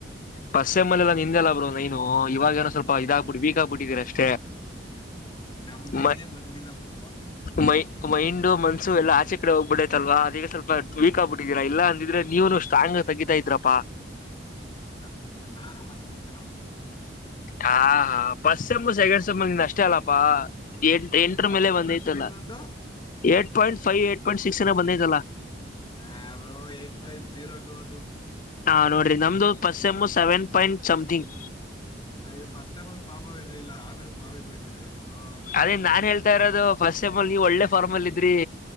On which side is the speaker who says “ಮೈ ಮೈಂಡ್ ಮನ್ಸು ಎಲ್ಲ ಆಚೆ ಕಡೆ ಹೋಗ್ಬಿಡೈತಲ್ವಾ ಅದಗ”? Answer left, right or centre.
Left